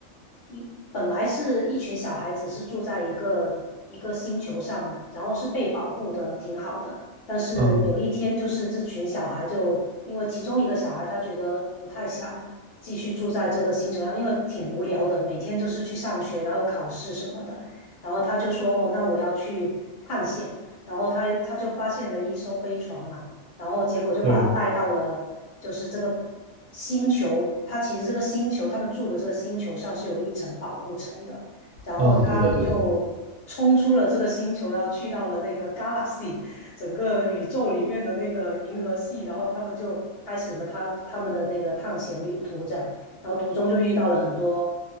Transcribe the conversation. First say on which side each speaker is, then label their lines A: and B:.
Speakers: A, on the left; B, on the right.
A: 一本来是一群小孩子是住在一个一个星球上，然后是被保护的挺好的，但是有一天就是这群小孩就因为其中一个小孩他觉得不太想继续住在这个星球上，
B: 嗯，
A: 因为挺无聊的，每天就是去上学，然后考试什么的，然后他就说哦，那我要去探险，然后他他就发现了一艘飞船嘛。然后结果就把他带到了就是这个星球，
B: 对，
A: 他其实这个星球他们住的这个星球上是有一层保护层的，然后他就冲出了这个星球，
B: 嗯对的对的，
A: 然后去到了那个 galaxy <laughs> 整个宇宙里面的那个银河系，然后他们就开始了他他们的那个探险旅途这样，然后途中就遇到了很多